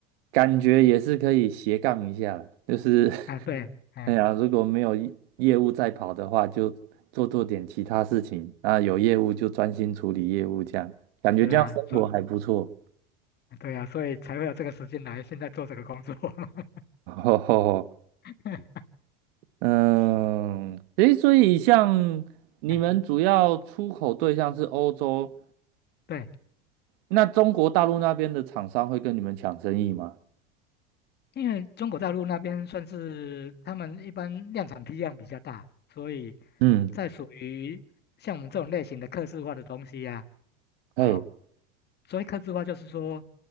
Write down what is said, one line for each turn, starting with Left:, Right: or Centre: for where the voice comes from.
Right: 感觉也是可以斜杠一下啦，就是 <laughs>
Left: 啊对，哎，
Right: 哎呀，如果没有业业务在跑的话，就做做点其他事情，那有业务就专心处理业务，这样感觉这样生活还不错。
Left: 是啊，所对啊，所以才会有这个时间来现在做这个工作，<laughs>
Right: <laughs> 吼吼吼，
Left: 嗯
Right: 嗯，诶，所以像你们主要出口对象是欧洲，
Left: 嗯，对。
Right: 那中国大陆那边的厂商会跟你们抢生意吗？
Left: 因为中国大陆那边算是他们一般量产批量比较大，所以
Right: 嗯，
Left: 在属于像我们这种类型的刻字化的东西呀、
Right: 哎，
Left: 啊，啊、所以刻字化就是说，